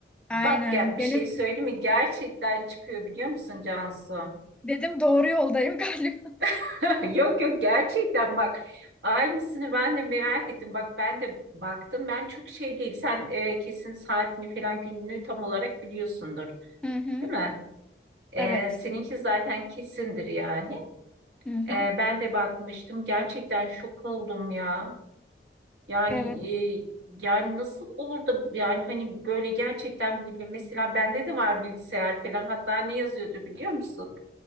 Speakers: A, in the centre; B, on the right.
A: Aynen.
B: bak gel bir
A: Benim
B: şey söyleyeyim mi? Gerçekten çıkıyor biliyor musun Cansu?
A: dedim doğru yoldayım <laughs> galiba.
B: <laughs> Yok yok gerçekten bak aynısını ben de merak ettim. Bak ben de baktım ben çok şey değil. Sen e, kesin saatini falan gününü tam olarak biliyorsundur
A: Hı hı.
B: değil mi? E,
A: Evet.
B: seninki zaten kesindir yani.
A: Hı hı.
B: E, ben de bakmıştım gerçekten şok oldum ya. Yani
A: Evet.
B: e, yani nasıl olur da yani hani böyle gerçekten bile bile mesela bende de var bilgisayar falan hatta ne yazıyordu biliyor musun?